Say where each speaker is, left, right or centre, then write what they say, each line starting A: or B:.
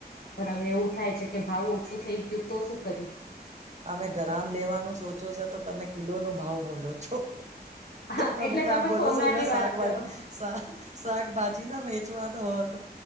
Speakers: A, on the left; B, on the right.
A: પણ હવે એવું થાય છે કે ભાવ ઓછું થઈ ગયું તો શું કરીશ.
B: અમે ગ્રામ લેવાનું સોચો છો, તો તમે કિલોનો ભાવ બોલો છો.
A: હા
B: તમે
A: એટલે
B: તો આ બોલો
A: સોનાની
B: છો, જે મેં
A: વાત
B: શાક
A: કરો
B: વાગ શા શાકભાજીના વેચવાના તો હોત.